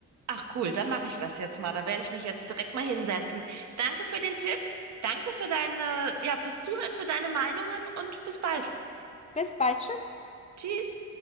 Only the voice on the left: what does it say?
Bis bald, tschüss.